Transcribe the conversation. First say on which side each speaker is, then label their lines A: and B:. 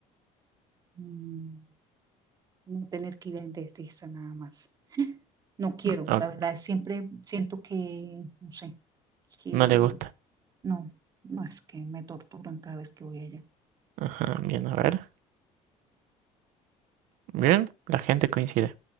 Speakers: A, on the right (about 25°); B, on the right (about 65°).
A: Mm, No tener que ir a un dentista nada más. No quiero,
B: Ok,
A: la verdad, siempre siento que, no sé, que
B: no le gusta.
A: no, no es que me torturan cada vez que voy allá.
B: Ajá, bien, a ver. Bien, la gente coincide.